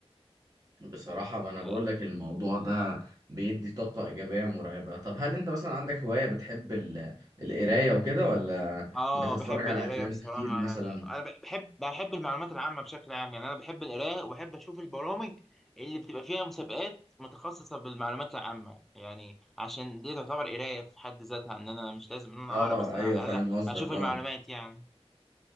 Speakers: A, on the right (about 35°); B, in the centre.
A: بصراحة ما أنا
B: <laughs>
A: بقول لك الموضوع ده بيدي طاقة إيجابية مرعبة طب هل أنت مثلا عندك هواية بتحب ال... القراية وكده ولا
B: اه
A: بتتفرج
B: بحب
A: على
B: القرايه
A: أفلام
B: بصراحه
A: كتير مثلا
B: يعني انا بح- بحب بحب المعلومات العامه بشكل عام يعني انا بحب القرايه وبحب اشوف البرامج اللي بتبقى فيها مسابقات متخصصه بالمعلومات العامه يعني عشان دي تعتبر قرايه في حد ذاتها ان انا مش لازم ان انا
A: اه
B: اقرا بس انا
A: أيوه
B: على
A: فاهم
B: الاقل
A: قصدك
B: اشوف المعلومات
A: اه
B: يعني